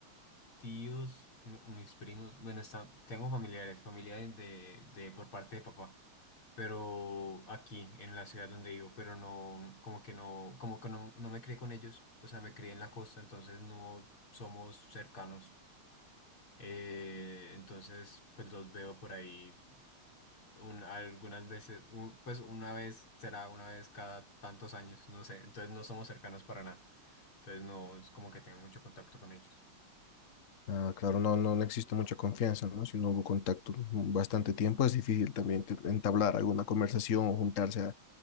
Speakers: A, on the left; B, on the left.
A: tíos, no, mis primos, bueno, están, tengo familiares, familia de, de, de- por parte de papá, pero aquí, en la ciudad donde vivo, pero no, como que no, como que no, no me crié con ellos, o sea, me crié en la costa, entonces no somos cercanos. Eh, entonces, pues los veo por ahí un- algunas veces, u- pues una vez será una vez cada tantos años, no sé, entonces no somos cercanos para nada, entonces no es como que tenga mucho contacto con ellos.
B: Ah, claro, no, no, no existe mucha confianza, ¿no? Si no hubo contacto bastante tiempo, es difícil también te- entablar alguna conversación o juntarse a